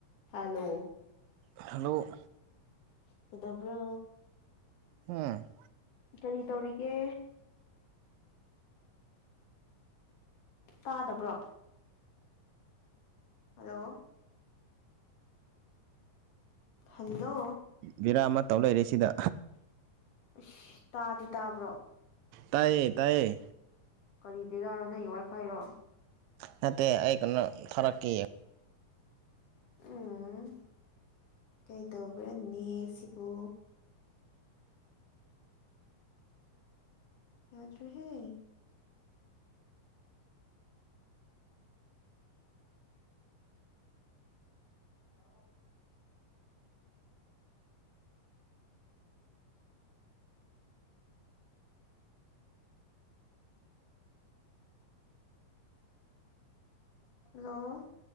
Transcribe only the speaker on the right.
ꯍꯜꯂꯣ
ꯑꯝ
ꯕꯦꯔꯥ ꯑꯃ ꯇꯧ ꯂꯩꯔꯦ ꯁꯤꯗ
ꯇꯥꯏꯌꯦ ꯇꯥꯏꯌꯦ
ꯅꯠꯇꯦ ꯑꯩ ꯀꯩꯅꯣ ꯊꯥꯔꯛꯀꯦ ꯌꯦꯡꯉꯣ